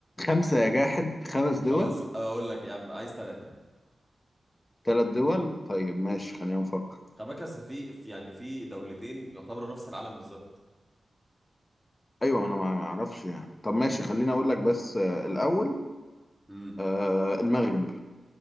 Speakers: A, on the left (about 20°); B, in the centre.
A: خمسة يا جاحد خمس دول
B: خلاص اقول لك يا عم عايز ثلاثة
A: ثلاث دول طيب ماشي خلينا نفكر
B: خلي بالك اصل في في- يعني في دولتين يعتبروا نفس العالم بالظبط
A: ايوه انا ما ما اعرفش يعني طب ماشي خليني اقول لك بس آه، الاول
B: امم
A: آه المغرب